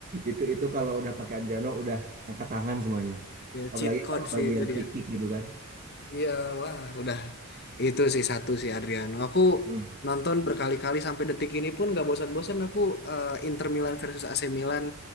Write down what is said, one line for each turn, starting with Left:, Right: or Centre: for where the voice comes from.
Right: Itu itu kalau udah pakai Adriano udah angkat tangan semuanya.
Left: Ya,
Right: Apalagi
Left: cheat code
Right: kalau
Left: sih
Right: bagian
Left: itu dia.
Right: free kick gitu kan.
Left: Iya, wah, udah itu sih satu sih Adriano. Aku
Right: Hmm.
Left: nonton berkali-kali sampai detik ini pun gak bosan-bosan aku eh, Inter Milan versus AC Milan